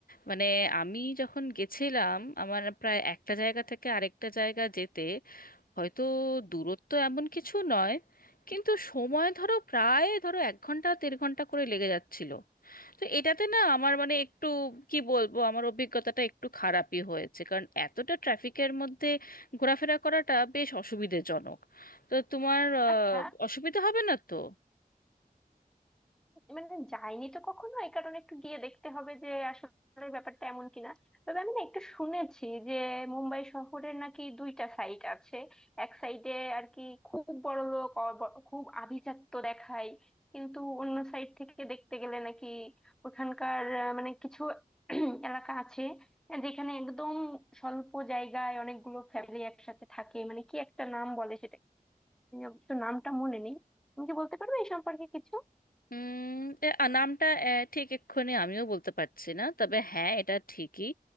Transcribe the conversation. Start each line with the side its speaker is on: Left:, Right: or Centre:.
Left: মানে আমি যখন গেছিলাম আমার প্রায় একটা জায়গা থেকে আরেকটা জায়গা যেতে হয়তো দূরত্ব এমন কিছু নয় কিন্তু সময় ধরো প্রায় ধরো এক ঘন্টা দেড় ঘন্টা করে লেগে যাচ্ছিল তো এটাতে না আমার মানে একটু কি বলবো আমার অভিজ্ঞতাটা একটু খারাপই হয়েছে কারণ এতটা ট্রাফিকের মধ্যে ঘোরাফেরা করাটা বেশ অসুবিধাজনক তো তোমার আহ,
Centre: আচ্ছা
Left: অসুবিধা হবে না তো
Centre: মানে যাইনি তো কখনো এই কারণে একটু গিয়ে দেখতে হবে যে আসলে ব্যাপারটা এমন কিনা তবে আমি না একটু শুনেছি যে মুম্বাই শহরের নাকি দুইটা সাইড আছে এক সাইডে আর কি খুব বড় লোক খুব আভিজাত্য দেখায় কিন্তু অন্য সাইড থেকে দেখতে গেলে নাকি ওখানকার আহ, মানে কিছু <clears throat> এলাকা আছে যেখানে একদম স্বল্প জায়গায় অনেকগুলো ফ্যামিলি একসাথে থাকে মানে কি একটা নাম বলে সেটা আমি অবশ্য নামটা মনে নেই তুমি কি বলতে পারবে এই সম্পর্কে কিছু
Left: উম এ, আ, নামটা আহ, ঠিক এক্ষুনি আমিও বলতে পারছি না তবে হ্যাঁ এটা ঠিকই